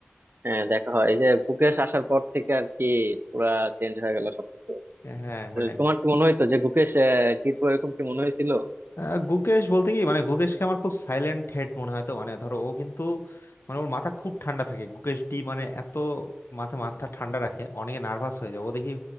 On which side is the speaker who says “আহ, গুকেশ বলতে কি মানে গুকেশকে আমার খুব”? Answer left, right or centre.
Left